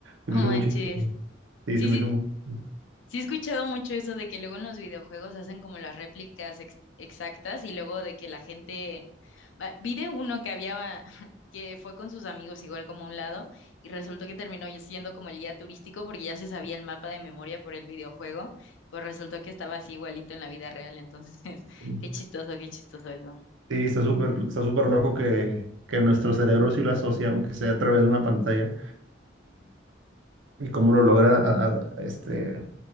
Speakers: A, on the right; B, on the left.
A: Se
B: No
A: me hizo
B: manches.
A: muy chistoso. Sí,
B: Sí,
A: se me
B: sí,
A: hizo muy... chistoso.
B: Sí he escuchado mucho eso de que luego en los videojuegos hacen como las réplicas ex- exactas y luego de que la gente... va, Vi de uno que había, <laughs> que fue con sus amigos igual como a un lado y resultó que terminó y- siendo como el guía turístico porque ya se sabía el mapa de memoria por el videojuego, pues resultó que estaba así igualito en la vida real, entonces <laughs>
A: Sí,
B: qué chistoso, qué chistoso eso.
A: Sí, está súper, está súper loco que, que nuestro cerebro sí lo asocia, aunque sea a través de una pantalla. y cómo lo logra a- a- este,